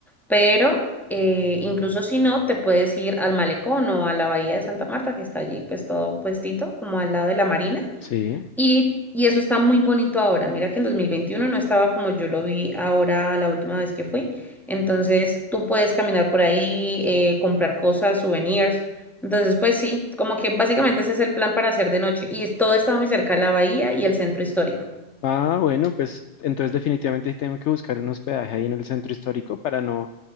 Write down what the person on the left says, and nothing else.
sí.
Ah, bueno, pues entonces definitivamente sí tengo que buscar un hospedaje ahí en el centro histórico para no